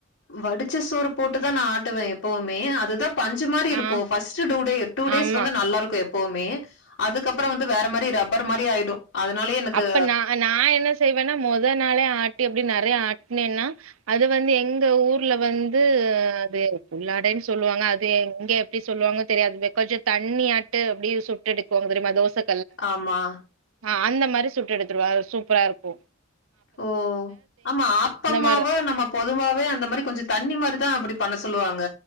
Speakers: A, on the left (about 70°); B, on the right (about 85°).
A: வடிச்ச சோறு போட்டுதான் நா ஆட்டுவேன் எப்பவுமே அதுதான் பஞ்சு மாரி இருக்கும்
B: ஆ
A: first two day two days
B: ஆமா
A: வந்து நல்லாருக்கும் எப்பவுமே அதுக்கப்புறம் வந்து வேற மாரி ரப்பர் மாரி ஆயிடும் அதனாலயே எனக்கு
B: அப்ப நா நா என்ன செய்வேன்னா மொத நாளே ஆ ட்டி அப்படி நெறைய ஆட்னேன்னா அது வந்து எங்க ஊர்ல வந்து அது உள்ளாடை சொல்லுவாங்க அது இங்க எப்படி சொல்லுவாங்க தெரியாது கொஞ்ச தண்ணி ஆட்டு அப்படி சுட்டு எடுக்குவாங்க தெரியுமா தோசை
A: ஆமா
B: ஆஹ் அந்த மாதிரி சுட்டு எடுத்துடுவ சூப்பரா இருக்கும்
A: ஓ ஓ ஆமா ஆப்பமாவ
B: மாரி
A: நம்ம பொதுவாவே அந்த மாதிரி கொஞ்சம் தண்ணி மாதிரிதான் அப்படி பண்ண சொல்லுவாங்க.